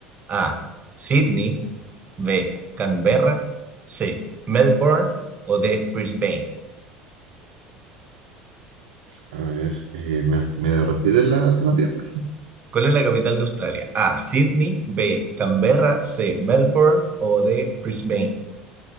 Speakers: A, on the right (about 35°); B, on the right (about 70°).
A: A. Sydney, B. Canberra. C. Melbourne o D. Brisbane.
B: A ver, eh, me- ¿Me repites la alternativa, por favor?
A: ¿Cuál es la capital de Australia? A. Sydney. B. Canberra. C. Melbourne o D. Brisbane.